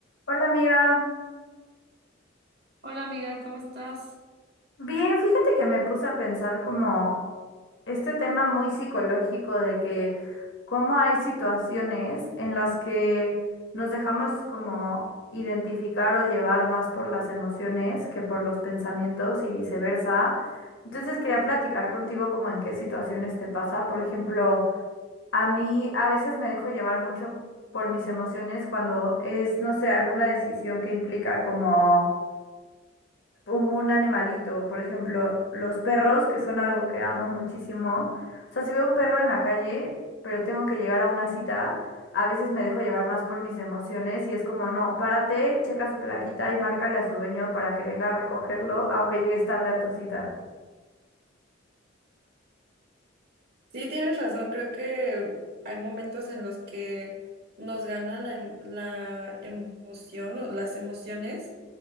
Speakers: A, on the left; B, on the right.
A: Hola amiga,
B: Hola amiga, ¿cómo estás?
A: bien, fíjate que me puse a pensar como este tema muy psicológico de que cómo hay situaciones en las que nos dejamos como identificar o llevar más por las emociones que por los pensamientos y viceversa. Entonces quería platicar contigo como en qué situaciones te pasa. Por ejemplo, a mí a veces me dejo llevar mucho por mis emociones cuando es, no sé, alguna decisión que implica como como un animalito, por ejemplo, los perros, que son algo que amo muchísimo. O sea, si veo un perro en la calle, pero tengo que llegar a una cita, a veces me dejo llevar más por mis emociones y es como, no, párate, checa su plaquita y márcale a su dueño para que venga a recogerlo, aunque llegues tarde a tu cita.
B: Sí, tienes razón, creo que hay momentos en los que nos gana la, em- la emoción o las emociones